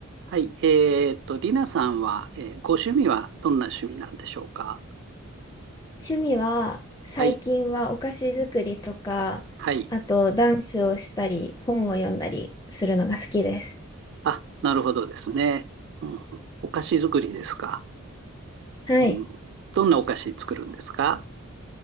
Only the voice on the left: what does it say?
趣味は最近はお菓子作りとか、
あとダンスをしたり、本を読んだりするのが好きです。
はい。